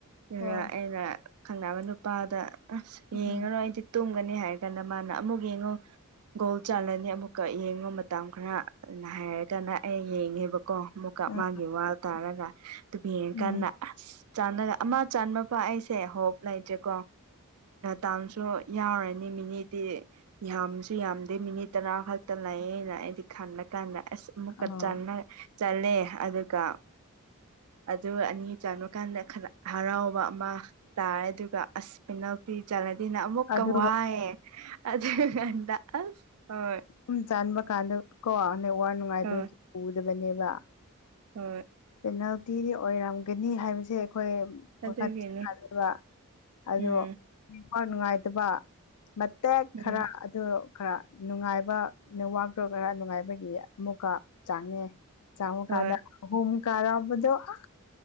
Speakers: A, on the right (about 80°); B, on the left (about 85°).
A: ꯑꯗꯨꯒ
B: ꯍꯣꯏ
A: ꯑꯩꯅ ꯈꯪꯅꯕ ꯅꯨꯄꯥꯗ ꯑꯁ
B: ꯎꯝ
A: ꯌꯦꯡꯉꯔꯣ ꯑꯩꯗꯤ ꯇꯨꯝꯒꯅꯤ ꯍꯥꯏꯔ ꯀꯥꯟꯗ ꯃꯥꯅ ꯑꯃꯨꯛ ꯌꯦꯡꯉꯣ ꯒꯣꯜ ꯆꯥꯜꯂꯅꯤ ꯑꯃꯨꯛꯀ ꯌꯦꯡꯉꯨ ꯃꯇꯝ ꯈꯔ ꯑꯗꯨꯅ ꯍꯥꯏꯔꯀꯥꯟꯗ ꯑꯩ ꯌꯦꯡꯉꯦꯕꯀꯣ ꯑꯃꯨ
B: ꯑꯥ
A: ꯃꯥꯒꯤ ꯋꯥ ꯇꯥꯔꯒ ꯑꯗꯨꯄꯤ ꯌꯦꯡ ꯀꯗ
B: ꯎꯝ
A: ꯑꯁ ꯆ ꯑꯃ ꯆꯕ ꯄ ꯑꯩꯁꯦ ꯍꯣꯞ ꯂꯩꯇꯦꯀꯣ ꯇꯥꯡꯁꯨ ꯌꯥꯎꯔꯅꯤ ꯃꯤꯅꯤꯠ ꯗꯤ ꯌꯥꯝꯁꯨ ꯌꯥꯝꯗꯦ ꯃꯤꯅꯤꯠ ꯇꯔꯥ ꯈꯛꯇ ꯂꯥꯛꯌꯦꯅ ꯑꯩꯗꯤ ꯈꯟꯂ ꯀꯥꯟꯗ ꯑꯁ ꯑꯃꯨꯛꯀ
B: ꯑꯣ
A: ꯆꯅ ꯆꯜꯂꯦ ꯑꯗꯨꯒ ꯑꯗꯨꯒ ꯑꯅꯤ ꯆꯟꯕꯀꯥꯟꯗ ꯍꯔꯥꯎꯕ ꯑꯃ ꯇꯥꯔꯦ ꯑꯗꯨꯒ ꯑꯁ ꯄꯤꯅꯥꯜꯇꯤ ꯆꯜꯂꯗꯤꯅ ꯑꯃꯨꯛꯀ
B: ꯑꯗꯨꯒ
A: ꯋꯥꯏꯑꯦ ꯑꯗꯨ ꯀꯥꯟꯗ ꯑ ꯍꯣꯏ
B: ꯁꯨꯝ ꯆꯟꯕ ꯀꯥꯟꯗ ꯀꯣ ꯅꯦꯋꯥꯛ ꯅꯨꯡꯉꯥꯏꯇ꯭ꯔꯗꯤ
A: ꯍꯣꯏ
B: ꯎꯗꯕꯅꯦꯕ
A: ꯍꯣꯏ
B: ꯄꯦꯅꯥꯜꯇꯤꯗꯤ ꯑꯣꯏꯔꯝꯒꯅꯤ ꯍꯥꯏꯕꯁꯦ ꯑꯩꯈꯣꯏ
A: ꯑꯗꯨꯒꯤꯅꯦ
B: ꯋꯥꯈꯟꯗꯁꯨ ꯁꯥꯔꯕ ꯑꯗꯣ
A: ꯎꯝ
B: ꯅꯦꯠꯋꯥꯛ ꯅꯨꯡꯉꯥꯏꯇꯕ ꯃꯇꯦꯛ ꯈꯔ
A: ꯎꯝ
B: ꯑꯗꯨ ꯈꯔ ꯅꯨꯡꯉꯥꯏꯕ ꯅꯦꯠꯋꯥꯛꯇꯣ ꯈꯔ ꯅꯨꯡꯉꯥꯏꯕꯒꯤ ꯑꯃꯨꯛꯀ ꯆꯥꯡꯉꯦ ꯆꯪꯕ
A: ꯍꯣꯏ
B: ꯀꯥꯟꯗ ꯑꯍꯨꯝ ꯀꯥꯔꯝꯕꯗꯣ ꯑꯥ